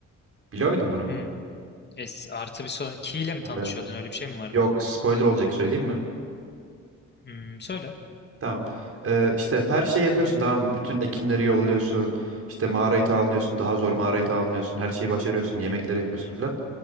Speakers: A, on the right; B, on the left.
A: Biliyor muydun bunu?
B: Hmm. Es, artı bir son. Key ile mi tanışıyordun
A: Evet.
B: öyle bir şey mi vardı?
A: Yok spoiler olacak söyleyeyim mi?
B: Hmm, söyle.
A: Tamam. Ee, işte her şeyi yapıyorsun tamam mı? Bütün ekinleri yolluyorsun. İşte mağarayı tamamlıyorsun. Daha zor mağarayı tamamlıyorsun. Her şeyi başarıyorsun. Yemekleri yapıyorsun falan.